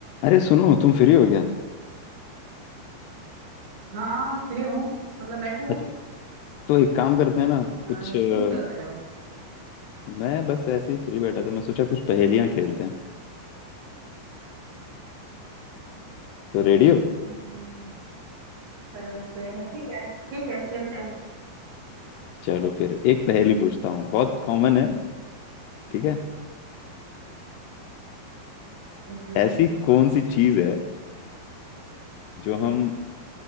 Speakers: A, on the left (about 80°); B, on the right (about 65°).
A: अरे सुनो तुम फ्री हो गया
B: हाँ फ्री हूँ मतलब बैठी हूँ
A: बत- तो एक काम करते हैं ना
B: अ,
A: कुछ अ,
B: तुम क्या कर रहे हो
A: मैं बस ऐसे ही फ्री बैठा था मैं सोचा कुछ पहेलियां खेलते हैं तो रेडियो
B: हम्म, पर सही में ठीक है ठीक है खेलते हैं
A: चलो फिर एक पहेली पूछता हूँ बहुत कॉमन है ठीक है
B: हम्म,
A: ऐसी कौन सी चीज है जो हम